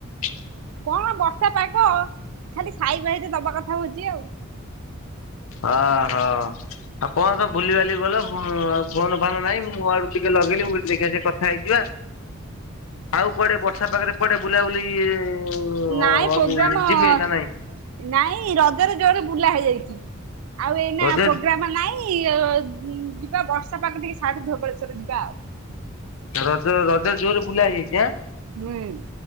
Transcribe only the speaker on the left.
<inaudible>
ଅ ହ। ଆଉ କଣ ତ ଭୁଲିିଭାଲି ଗଲ ଆଉ ଫୋନ୍‌ ଫାନ୍‌ ନାହିଁ ମୁଁ ମୋ ଆଡୁ ଟିକେ ଲଗେଇଲି ମୁଁ କହିଲି ଦେଖି ଟିକେ କଥା ହେଇଯିବା। ଆଉ କୁଆଡେ ବର୍ଷା ପାଗରେ କୁଆଡେ ବୁଲାବୁଲି <unintelligible>
ଯିବେ ନା ନାଇଁ?
ରଜ
ରଜ ରଜ ଜୋରେ ବୁଲା ହେଇଯାଇଚି ଆଁ।